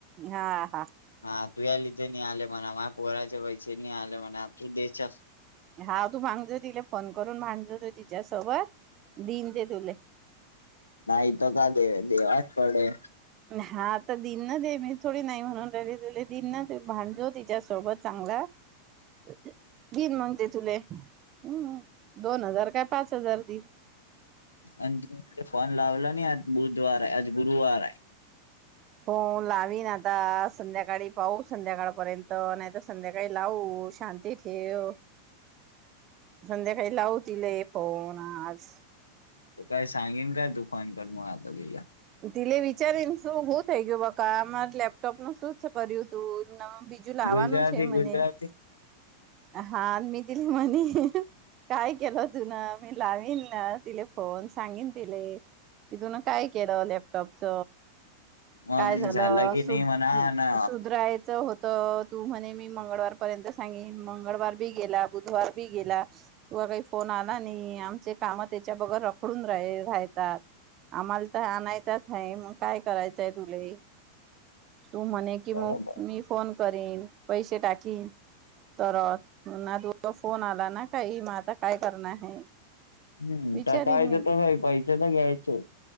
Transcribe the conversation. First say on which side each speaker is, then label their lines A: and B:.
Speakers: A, on the right (about 35°); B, on the left (about 80°).
A: हा हा
B: हा तू या लि ते ली आले म्हणा माया पोराचे पैसे नी आले म्हणा तू दे चल
A: हा तू मांग जा तिले फोन करून मांग जा तू तिच्यासोबत दिईन ते तुले
B: नाय त का दे देवाच पडे
A: हा आता दिन न दे मी थोडी नाय म्हणून राहिली तुले दिन ना भांड जो तिच्यासोबत चांगला <unintelligible> देईन मंग ती तुले अम्मं दोन हजार काय पाच हजार दिन
B: आणि तुम्ही तिले फोन लावला नी आज बुधवाराय आज गुरुवाराय
A: <inaudible> हो लावीन आता संध्याकाळी पाहू संध्याकाळपर्यंत नायत संध्याकाळी लावू शांत ती ठेव संध्याकाळी लावू तिले फोन आज
B: तू काय सांगिन काय तु फोन कर म आता तिला
A: तिले विचारीन <unintelligible>
B: गुजराती गुजराती
A: <unintelligible> हा आणि मी तीली म्हणीन काय केलंत धून मी लावीन न तिले फोन सांगेन तिले की तुन काय केलं लॅपटॉपच.
B: मग
A: काय झालं
B: झाला की
A: सु
B: नाही म्हणा ना
A: सुधरायचं होत तू म्हणे मी मंगळवारपर्यंत सांगिन मंगळवार बी गेला बुधवार बी गेला तुआ काय फोन आला नाही आमचे काम त्याच्या बगर रखडून राय रायतात. आम्हाला त आणायचाच हाय म काय कराय चं तुले, तू म्हणे की मग
B: बरोबर
A: मी फोन करीन पैसे टाकीन. तर ना तुझ फोन आला ना काही मग आता काय करणार आहे.
B: हम्म
A: विचारीन
B: तर कायच
A: मी ते
B: तसही पैसे तर घ्यायचेच.